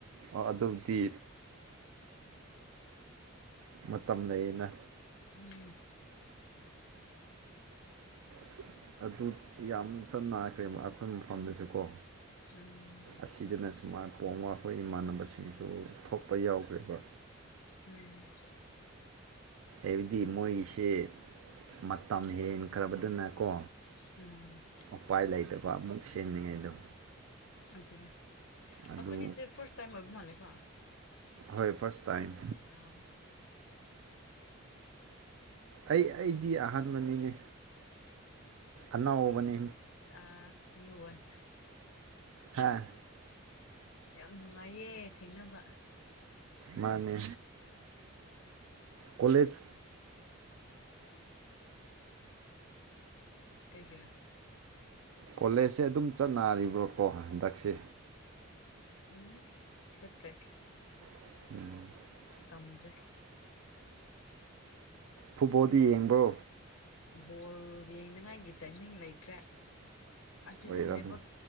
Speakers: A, on the right (about 75°); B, on the left (about 75°).
A: ꯑꯣ ꯑꯗꯨꯕꯨꯗꯤ ꯃꯇꯝ ꯂꯩꯌꯦꯅ
B: ꯎꯝ
A: ꯑꯁ ꯑꯗꯨ ꯌꯥꯝ ꯆꯠꯅꯈ꯭ꯔꯦ ꯑꯩꯈꯣꯏ ꯃꯐꯝꯗꯁꯨ ꯀꯣ
B: ꯎꯝ
A: ꯑꯁꯤꯗꯅ ꯁꯨꯃꯥꯥꯟ ꯄꯣꯡꯃ ꯑꯩꯈꯣꯏ ꯏꯃꯥꯟꯅꯕꯁꯤꯡꯁꯨ ꯊꯣꯛꯄ ꯌꯥꯎꯒ꯭ꯔꯦꯕ
B: ꯎꯝ
A: ꯍꯥꯏꯕꯗꯤ ꯃꯣꯏꯒꯤꯁꯦ ꯃꯇꯝ ꯍꯦꯟꯈ꯭ꯔꯕꯗꯅꯀꯣ
B: ꯎꯝ
A: ꯎꯄꯥꯏ ꯂꯩꯇꯕ ꯑꯃꯨꯛ ꯁꯦꯝꯅꯤꯡꯉꯥꯢꯗꯣ
B: ꯑꯗꯨꯅꯦ
A: ꯑꯗꯨ
B: ꯑꯩꯈꯣꯏꯅꯤꯁꯦ ꯐꯥꯔꯁ ꯇꯥꯏꯝ ꯑꯣꯏꯕ ꯃꯥꯜꯂꯦꯀꯣ
A: ꯍꯣꯏ ꯐꯥꯔꯠꯁ ꯇꯥꯏꯝ
B: ꯑꯥ
A: ꯑꯩ ꯑꯩꯗꯤ ꯑꯍꯥꯟꯕꯅꯤꯅꯦ ꯑꯅꯧꯕꯅꯤ
B: ꯑ ꯅꯤ ꯋꯥꯅꯤ
A: ꯍꯥꯥ
B: ꯌꯥꯝ ꯅꯨꯡꯉꯥꯏꯌꯦ ꯊꯦꯡꯅꯕ
A: ꯃꯥꯅꯦ ꯀꯂꯦꯖ
B: ꯀꯩ ꯀꯔ
A: ꯀꯣꯂꯦꯖꯁꯦ ꯑꯗꯨꯝ ꯆꯠ ꯔꯤꯕ꯭ꯔꯀꯣ ꯍꯟꯗꯛꯁꯦ
B: ꯎꯝ ꯆꯠꯇꯦ
A: ꯎꯝ <unintelligible>
B: ꯇꯝꯗ꯭ꯔꯦ
A: ꯐꯨꯠꯕꯣꯜꯗ ꯌꯦꯡꯕ꯭ꯔꯣ
B: ꯕꯣꯜ ꯌꯦꯡꯅꯉꯥꯏꯒꯤ ꯇꯥꯏꯃꯤꯡ ꯂꯩꯇ꯭ꯔꯦ ꯑꯁꯤꯗ
A: ꯑꯣꯏꯔꯝ
B: ꯅꯦꯠꯋꯥꯛꯛ